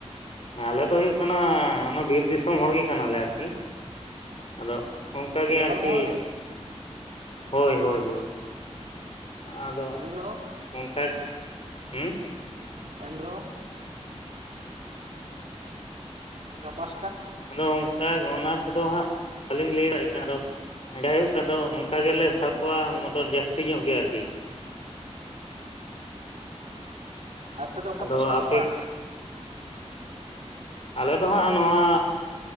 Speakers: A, on the left (about 55°); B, on the right (about 75°).
A: ᱟᱞᱮ ᱫᱚ ᱦᱩᱭᱩᱜ ᱠᱟᱱᱟ ᱚᱱᱟ ᱵᱤᱨ ᱫᱤᱥᱚᱢ ᱦᱚᱲᱜᱮ ᱠᱟᱱᱟᱞᱮ ᱟᱨᱠᱤ, ᱟᱫᱚ ᱚᱱᱠᱟ ᱜᱮ
B: ᱡᱚᱝᱜᱚᱞ
A: ᱟᱨᱠᱤ
B: ᱢᱚᱦᱚᱞ ᱜᱮ
A: ᱦᱳᱭ ᱦᱳᱭ ᱦᱳᱭ᱾ ᱟᱫᱚ
B: ᱮᱱ ᱨᱮᱦᱚᱸ
A: ᱚᱱᱠᱟ ᱦᱩᱸ
B: ᱮᱱᱨᱮᱦᱚ ᱚᱠᱟ ᱯᱟᱸᱥᱴᱟ?
A: ᱟᱫᱚ ᱚᱱᱠᱟ ᱜᱮ ᱚᱱᱟ ᱠᱚᱫᱚ ᱦᱟᱸᱜ, ᱵᱟᱹᱞᱤᱧ ᱞᱟᱹᱭ ᱫᱟᱲᱮᱭᱟᱜ ᱠᱟᱱᱫᱚ ᱡᱟᱭᱦᱳᱠ ᱟᱫᱚ ᱱᱚᱝᱠᱟ ᱜᱮᱞᱮ ᱥᱟᱯ ᱠᱚᱣᱟ ᱢᱚᱴᱚᱨ ᱡᱟᱹᱥᱛᱤ ᱧᱚᱜ ᱜᱮ ᱟᱨᱠᱤ᱾
B: ᱟᱯᱮ ᱫᱚ ᱚᱠᱟ
A: ᱟᱫᱚ
B: ᱯᱟᱥᱴᱟ
A: ᱟᱯᱮ
B: ᱯᱮ ᱯᱟᱲᱟᱜ ᱠᱟᱱᱟ?
A: ᱟᱞᱮ ᱫᱚ ᱦᱟᱸᱜ ᱱᱚᱣᱟ